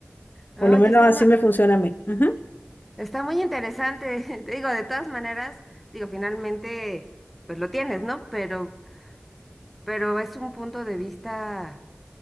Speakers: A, in the centre; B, on the left.
A: Oye,
B: Por lo menos
A: está,
B: así
A: ma-
B: me funciona a mí. Ujú.
A: está muy interesante. <laughs> Te digo, de todas maneras, digo, finalmente, pues lo tienes, ¿no? Pero, pero es un punto de vista